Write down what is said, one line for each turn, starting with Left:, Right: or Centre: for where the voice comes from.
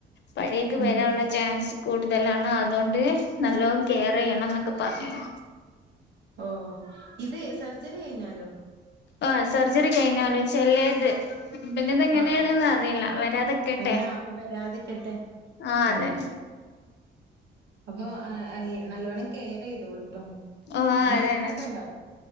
Left: പനി യൊക്കെ
Right: ഉം
Left: വരാനുള്ള ചാൻസ് കൂടുതലാണ് അതുകൊണ്ട് നല്ലോണം കെയർ ചെയ്യണം എന്നൊ ക്കെ പർഞ്ഞു
Right: ഓഹ് ഇത് സർജറി കഴിഞ്ഞാലോ
Left: ആഹ് സെർജറി കഴിഞ്ഞാലും ചെലേത് പിന്നെ ഇതെങ്ങനെയാണ്ന്ന്
Right: ആഹ് ആഹ്
Left: അറിയില്ല വരാതെക്കട്ടെ
Right: അങ്ങനെ വരാതിക്കട്ടെ.
Left: ആഹ് അതെന്നെ
Right: അതെ അപ്പൊ നല്ലോണ്ണം കെയർ ചെയ്തോളൂട്ടോ
Left: ഓഹ് അതാണത്
Right: മരുന്നൊക്കെ ഇണ്ടോ